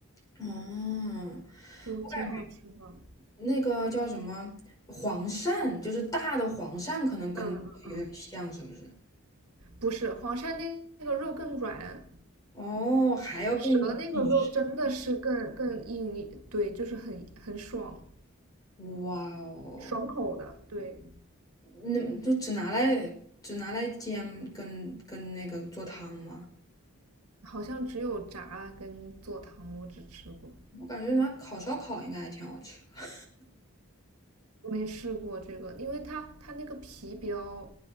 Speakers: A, on the left; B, on the right.
A: 嗯，
B: 就挺好吃的。
A: 我感觉那个叫什么黄鳝，就是大的黄鳝，可能跟有点像，
B: 嗯嗯嗯，
A: 是不是？
B: 不是，黄鳝那那个肉更软，
A: 哦，还要更紧实。
B: 蛇那个肉真的是更更硬一，对，就是很很爽。
A: 哇哦，
B: 爽口的，对，
A: 那就只拿来只拿来煎跟跟那个做汤吗？
B: 好像只有炸跟做汤我只吃过，
A: 我感觉拿烤烧烤应该还挺好吃的
B: 没试过这个，因为它它那个皮比较